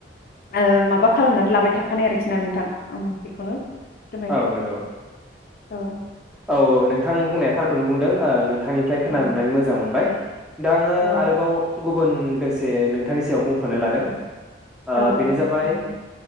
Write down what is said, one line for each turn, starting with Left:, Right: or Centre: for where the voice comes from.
Left: ओ माबा खालामनानै लाबाय थाखानाय आरोखि ना नोंथां उम बेखौनो फोरमायबाय
Centre: औ नंगौ।
Left: औ
Centre: औ नोंथां बुंनाया थारखौनो बुंदों ओ नों थांनिफ्राय खोनानो
Left: औ
Centre: मोननानै मोजां मोनबाय। दा आङो
Left: औ
Centre: आरोबाव गुब बुन दोंसे नोंथांनि सिगायाव बुंफोरनो लादों। ओ
Left: औ
Centre: बेनो
Left: औ दे
Centre: जाबाय।
Left: नोंथां